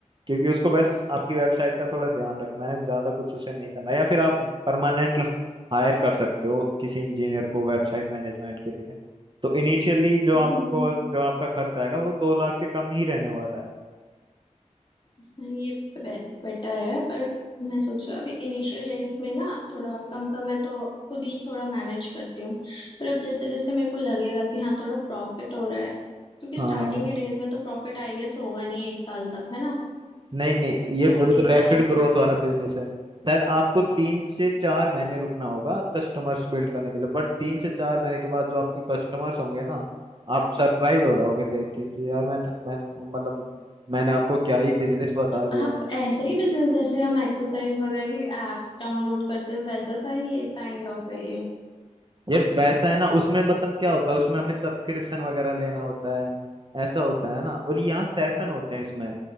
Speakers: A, on the right; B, on the left.
A: क्योंकि उसको बस आपकी वेबसाइट का थोड़ा ध्यान रखना है ज्यादा कुछ उसे नहीं करना या फिर आप परमानेंट हायर कर सकते हो किसी इंजीनियर को वेबसाइट मैनेजमेंट के लिए तो इनिशियली जो
B: हम्म
A: आपको
B: हम्म,
A: जो आपका खर्च आएगा वो दो लाख से कम ही रहने वाला है
B: हाँ, ये बे, बेटर है पर मैं सोच रही हूँ अभी इनिशियल डेज में ना थोड़ा कम कम है तो खुद ही थोड़ा मैनेज करती हूँ पर अब जैसे जैसे मेरे को लगेगा कि हाँ थोड़ा प्रॉफिट हो रहा है क्योंकि
A: हाँ
B: स्टार्टिंग के डेज में तो प्रॉफिट आई गेस होगा नहीं एक साल तक है ना
A: नहीं नहीं ये
B: तो
A: बहुत
B: एक
A: रैपिड
B: साल
A: ग्रोथ वाला बिजनेस है शायद आपको तीन से चार महीने रुकना होगा कस्टमर्स बिल्ड करने के लिए बट तीन से चार महीने के बाद जो आपके कस्टमर्स होंगे ना आप सरप्राइज हो जाओगे देख के कि यार मैंने मैं मतलब मैंने आपको क्या ही बिजनेस बता दिया
B: आप ऐसे ही बिजनेस जैसे हम एक्सरसाइज वगैरह की एप्स डाउनलोड करते हैं वैसा सा ही ये काइंड ऑफ है ये
A: ये वैसा है ना उसमें मतलब क्या होता है उसमें हमें सब्सक्रिप्शन वगैरह लेना होता है ऐसा होता है ना और यहाँ सेशन होते हैं इसमें